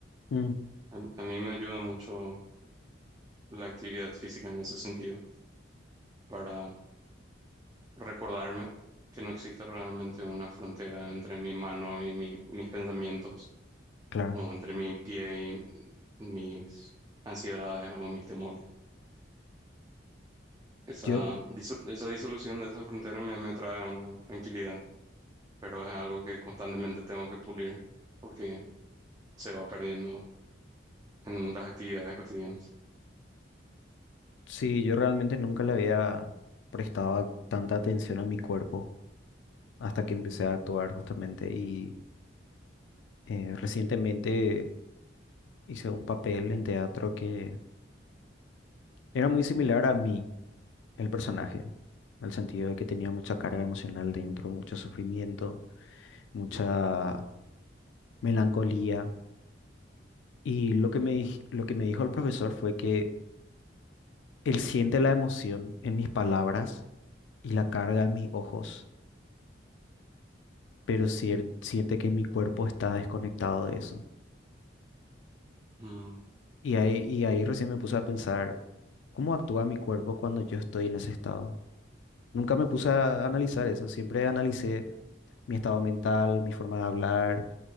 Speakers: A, on the left; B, on the right.
A: mm,
B: A, a mí me ayuda mucho la actividad física en ese sentido, para recordarme que no existe realmente una frontera entre mi mano y mi- mis pensamientos,
A: claro.
B: o entre mi pie mis ansiedades o mis temores. Esa,
A: Yo,
B: diso- esa disolución de esa frontera me, me trae una tranquilidad, pero es algo que constantemente tengo que pulir porque se va perdiendo en las actividades cotidianas.
A: sí, yo realmente nunca le había prestado a- tanta atención a mi cuerpo hasta que empecé a actuar justamente y eh, recientemente hice un papel en teatro que era muy similar a mí. el personaje, en el sentido de que tenía mucha carga emocional dentro, mucho sufrimiento, mucha
B: Ujú,
A: melancolía. Y lo que me, dij- lo que me dijo el profesor fue que él siente la emoción en mis palabras y la carga en mis ojos, pero cier- siente que mi cuerpo está desconectado de eso.
B: mm,
A: Y ahí, y ahí recién me puse a pensar, ¿cómo actúa mi cuerpo cuando yo estoy en ese estado? Nunca me puse a analizar eso, siempre analicé mi estado mental, mi forma de hablar